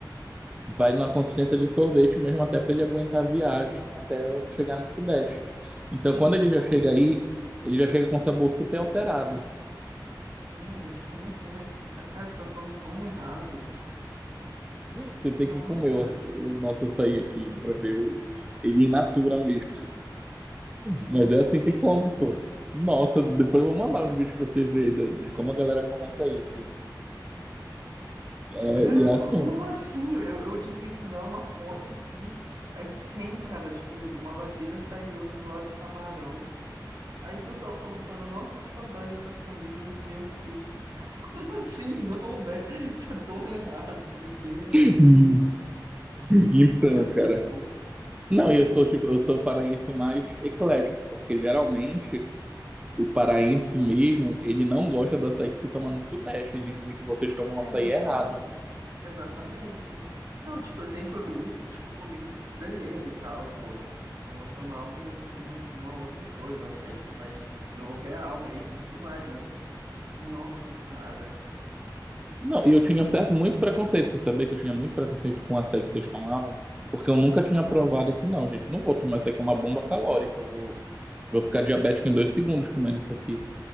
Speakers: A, on the right; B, on the right.
A: vai na consistência de sorvete mesmo até para ele aguentar a viagem até eu chegar no Sudeste. Então,
B: Gente,
A: quando ele já
B: como...
A: chega aí, ele já chega com sabor super alterado.
B: Não, gente, como assim? Mas, você tá- cara, você tá soando tão errado.
A: Você
B: Nossa,
A: tem que comer o, aç- o nosso açaí aqui para ver o, ele in natura mesmo.
B: nossa,
A: Mas é assim
B: gente.
A: que come, pô. Nossa, depois eu vou mandar uns vídeos pra você ver aí da- de como a galera come açaí aqui. É,
B: Cara,
A: e é assim.
B: co- como assim? Eu, eu tive que pesquisar uma foto aqui. Aí tem, cara, tipo, um, uma bacia de açaí e outra do lado de camarão. Aí o pessoal comentando, nossa, que saudade dessa comida, não sei o quê. Tipo, <laughs> como assim? Não, velho, você é tão errado, meu Deus.
A: <laughs>
B: Gente,
A: Então,
B: eu
A: cara.
B: tô bobo.
A: Não, e eu sou tipo, eu sou paraense mais eclético, porque geralmente O paraense mesmo, ele não gosta do açaí que se toma no Sudeste. Eles dizem que vocês tomam
B: É,
A: açaí
B: exato.
A: errado.
B: Exatamente. Não, tipo, eu sempre ouvi isso, tipo, por mim, beleza e tal, vou, vamos tomar um, um- uma outra coisa, um açaí, tipo, mais do real mesmo, e tudo mais, mas, nossa, cara,
A: Não, e eu tinha um certo muito preconceito. Você sabia que eu tinha muito preconceito com o açaí que vocês tomavam? Porque eu nunca tinha provado assim, não, gente. Não vou tomar isso aqui, é uma bomba calórica. Eu vou, vou ficar diabético em dois segundos comendo isso aqui.